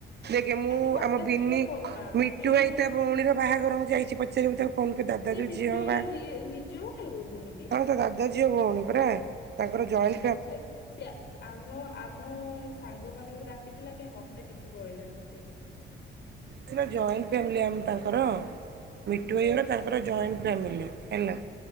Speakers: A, on the right; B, on the left.
A: ଦେଖେ ମୁଁ
B: ଆମେ ହଠାତ୍
A: ଆମ ବିିନି
B: କିନା କରୁନା
A: ମିଟୁ
B: ଆମେ
A: ଭାଇ ତା ଭଉଣୀର ବାହାଘର ହଁ ଯାଇଛି ପଚାରିବୁ ତାକୁ। <unintelligible> ଦାଦା
B: ସେ
A: ଯଉ
B: ମିଟୁ
A: ଝିଅ
B: ଭାଇର
A: ର ବାହାଘର
B: ରି ନିଜ ଭାଇ ଭଉଣୀ କି
A: ହଁ ତା ଦା ଦା ଝିଅ ଭଉଣୀ ପରା ତାଙ୍କର
B: ଅ
A: ଜଏଣ୍
B: ତ ସେ ସେ <unintelligible> ଆମ ଆମ ସାଙ୍ଗ ମାନଙ୍କୁ ଡାକିଥିଲା କାଇଁ ମତେ କିଛି କହିଲାନି ସିଏ।
A: ସିନା ଜଏଣ୍ଟ ଫ୍ୟାମିଲି ଆମ ତାଙ୍କର। ମିଠୁଭାଇ ଘର ତାଙ୍କର ଜଏଣ୍ଟ ଫାମିଲି ହେଲା,